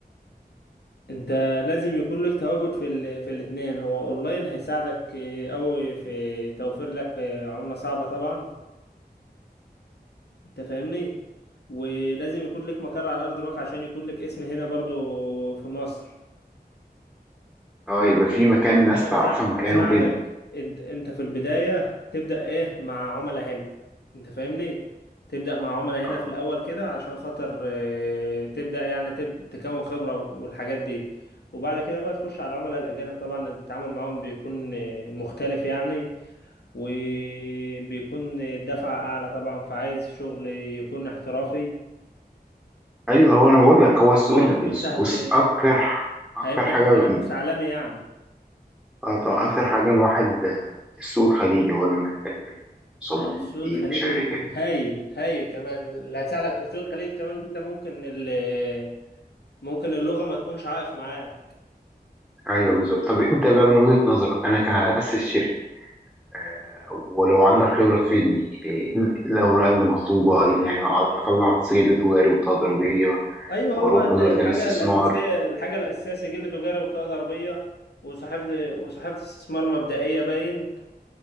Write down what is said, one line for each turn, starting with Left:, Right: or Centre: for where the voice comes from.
Left: انت لازم يكون لك تواجد في ال... في الاثنين هو اونلاين هيساعدك آه، قوي في توفير لك آه، عمله صعبه طبعا انت فاهمني ولازم يكون لك مقر على ارض الواقع عشان يكون لك اسم هنا برضو في مصر
Centre: اه يبقى في مكان ناس
Left: انا
Centre: تعرفها
Left: أسا-
Centre: مكانه
Left: اساعدك
Centre: كده
Left: انت انت في البدايه تبدا ايه مع عملاء هنا انت فاهمني تبدا مع عملاء هنا
Centre: اه
Left: في الاول كده عشان خاطر آه، تبدا يعني تب... تكون خبره والحاجات دي وبعد كده بقى تخش على العملاء الاجانب طبعا التعامل معاهم بيكون آه، مختلف يعني وبيكون الدفعه اعلى طبعا فعايز شغل يكون احترافي
Centre: ايوه هو انا بقول لك هو السوق
Left: و...
Centre: اللي-
Left: وانت هت...
Centre: بص اكتر اكتر
Left: هيبقى
Centre: حاجه
Left: لك تنافس عالمي يعني
Centre: آه طبعاً، اكتر حاجه الواحد آه، السوق الخليجي هو اللي محتاج مصممين
Left: لا السوق
Centre: كتير
Left: الخليجي
Centre: وشركات
Left: هايل هايل كمان اللي هيساعدك في السوق الخليجي كمان إن انت ممكن ال- ممكن اللغة ما تكونش عائق معاه
Centre: ايوه بالظبط طب انت بقى من وجهه نظرك انا كهأسس شركه آه، ولو عندك خبره تفيدني إيه الاوراق اللي مطلوبه إيه اللي يعني اروح اطلع سجل تجاري وتضريبيه
Left: ايوه
Centre: واروح
Left: هو ال-
Centre: وزاره
Left: الحاجة
Centre: الاستثمار
Left: الأساسية الحاجة الأساسية سجل تجاري وبطاقة ضريبية وصحيفة وصحيفة استثمار مبدئية باين